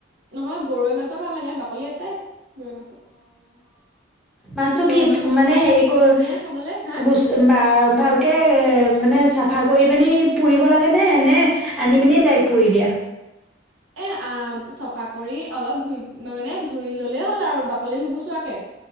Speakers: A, on the right; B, in the centre.
A: নহয় গৰৈ মাছো ভাল লাগে। বাকলি আছে গৰৈ মাছত।
B: মাছতটো
A: গৰৈ
B: কি
A: মাছৰ পিটিকাহে
B: মানে হেৰি কৰ
A: ধুনীয়া খাবলে হা
B: গোচ বা ভালকে এ মানে চ- চাফা কৰি পানি পুৰিব লাগে নে, নে আনি পিনি ডাইৰেক্ট পুৰি দিয়া?
A: এ আ চফা কৰি অলপ ধুই মানে ধুই ললেই হ'ল আৰু বাকলি নুগোচোৱাকে।